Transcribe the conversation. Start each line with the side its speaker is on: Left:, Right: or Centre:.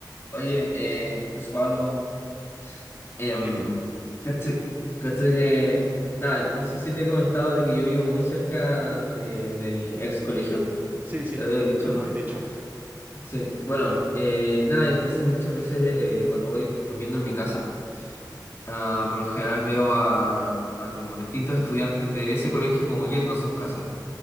Left: Oye, eh, José Pablo, em,
Right: Dime.
Left: caché, caché que, nada, no sé si te he comentado de que yo vivo muy cerca de, de mi ex colegio,
Right: Sí, sí,
Left: te había dicho,
Right: creo que
Left: ¿no?
Right: me has dicho.
Left: Sí, bueno, eh, nada, entonces muchas veces eh, cuando voy volviendo a mi casa, ah, por lo general veo a, a como distintos estudiantes de ese colegio como yendo a sus casas.